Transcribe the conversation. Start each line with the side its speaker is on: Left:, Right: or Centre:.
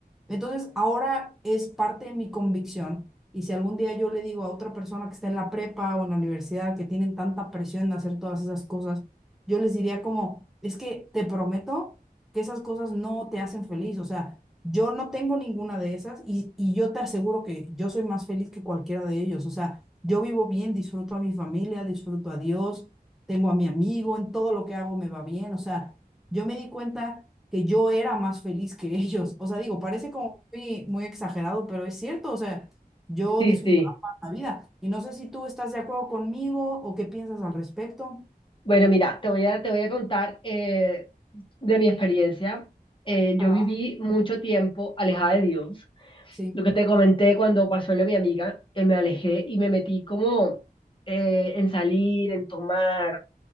Centre: entonces, ahora es parte de mi convicción. Y si algún día yo le digo a otra persona que está en la prepa o en la universidad que tienen tanta presión de hacer todas esas cosas, yo les diría como, es que te prometo que esas cosas no te hacen feliz. O sea, yo no tengo ninguna de esas y, y yo te aseguro que yo soy más feliz que cualquiera de ellos. O sea, yo vivo bien, disfruto a mi familia, disfruto a Dios, tengo a mi amigo, en todo lo que hago me va bien. O sea, yo me di cuenta que yo era más feliz que <laughs> ellos. O sea, digo, parece como muy, muy exagerado, pero es cierto, o sea, yo
Left: Sí,
Centre: disfrutaba
Left: sí.
Centre: más la vida. Y no sé si tú estás de acuerdo conmigo o qué piensas al respecto.
Left: Bueno, mira, te voy a, te voy a contar eh, de mi experiencia. Eh, yo
Centre: Ajá,
Left: viví mucho tiempo alejada de Dios.
Centre: sí.
Left: Lo que te comenté cuando pasó lo de mi amiga, eh, me alejé y me metí como eh, en salir, en tomar.